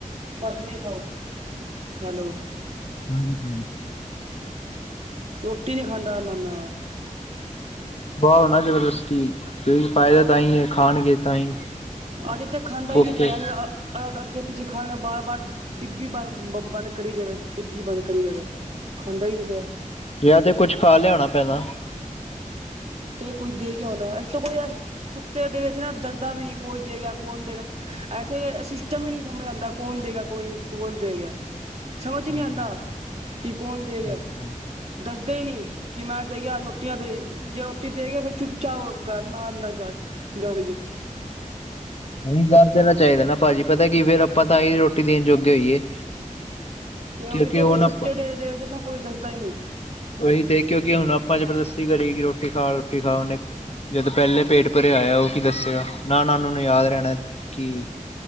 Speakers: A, on the right; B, on the left.
A: ਬਸ ਨੀ ਖਾਓ, ਹੈਲੋ।
B: ਹਾਂਜੀ-ਹਾਂਜੀ।
A: ਰੋਟੀ ਨੀ ਖਾਂਦਾ ਨੰਨਾ।
B: ਬਾਔ ਨਾ ਜਬਰਦਸਤੀ ਕਿਉਂਕਿ ਫਾਇਦਾ ਤਾਂ ਹੀ ਹੈ ਖਾਣਗੇ ਤਾਂ ਹੀ।
A: ਅਜ ਤੇ ਖਾਂਦਾ ਹੀ
B: ਓਕੇ
A: ਨਹੀਂ ਪਿਆ ਅੱਗੇ-ਪਿੱਛੇ ਖਾਣ ਲੈਦਾ, ਬਾਰ-ਬਾਰ ਡਿੱਬੀ ਬੰਦ ਬ ਬੰਦ ਕਰੀ ਜਾਵੇ, ਡਿੱਬੀ ਬੰਦ ਕਰੀ ਜਾਵੇ ਖਾਂਦਾ ਹੀ ਨਹੀਂ ਪਿਆ।
B: ਜਾਂ ਤੇ ਕੁੱਛ ਖਾ ਲਿਆਉਣਾ ਪਹਿਲਾ।
A: ਕੋਈ ਦੇ ਗਿਆ ਹੋਨਾ, ਅੱਜ ਤਾ ਕੋਈ ਤਾ ਏਸੇ ਕੁੱਤੇ ਦੇ ਡੇਰੇ 'ਚ ਨਾ ਦੱਸਦਾ ਵੀ ਨਹੀਂ ਕੋਈ ਦੇਗਾ, ਕੋੌਣ ਦੇਗਾ? ਇੱਥੇ ਸਿਸਟਮ ਹੀ ਨਹੀਂ ਸਮਝ ਆਉਂਦਾ, ਕੌਣ ਦੇ ਗਿਆ, ਕੌਣ ਦੇ ਗਿਆ? ਸਮਝ
B: ਹੂੰ
A: ਨੀ ਆਉਂਦਾ ਕਿ ਕੌਣ ਦੇਗਿਆ?
B: ਅੱਛਾ।
A: ਦੱਸਦੇ ਹੀ ਨਹੀਂ ਕਿ ਮੈਂ ਦੇ ਅੱਜ ਰੋਟੀਆਂ ਦੇ। ਜੇ ਰੋਟੀ ਦੇ ਗਏ ਫਿਰ ਚੁੱਪ ਚਾਪ ਕਰ ਨਾ ਇੰਨਾ ਜਾ ਜਾਣਗੇ।
B: ਨਹੀਂ ਦਰ ਦੇਣਾ ਚਾਹੀਦਾ ਨਾ ਭਾਜੀ ਪਤਾ ਕੀ ਫਿਰ ਆਪਾਂ ਤਾਂ ਹੀ ਰੋਟੀ ਦੇਣ ਜੋਗੇ ਹੋਈਏ।
A: ਤੇ
B: ਕਿਉਂਕਿ
A: ਉਹ ਵੀ ਤੇ ਇੱਥੇ
B: ਹੁਣ
A: ਕੁੱਤੇ
B: ਆਪਾਂ
A: ਦੇਖ ਦੇਖ ਕੋਈ ਦੱਸਦਾ ਹੀ ਨਹੀਂ।
B: ਉਹੀ ਤੇ ਕਿਉਂਕਿ ਹੁਣ ਆਪਾਂ ਜਬਰਦਸਤੀ ਕਰੀਏ ਕਿ ਰੋਟੀ ਖਾ ਰੋਟੀ ਖਾ ਉਹਨੇ ਜਦੋਂ ਪਹਿਲੇ ਪੇਟ ਭਰੇ ਆਇਆ ਉਹ ਕੀ ਦੱਸਿਆ ਨਾ ਨਾ ਉਹਨਾਂ ਨੂੰ ਯਾਦ ਰਹਿਣਾ ਕਿ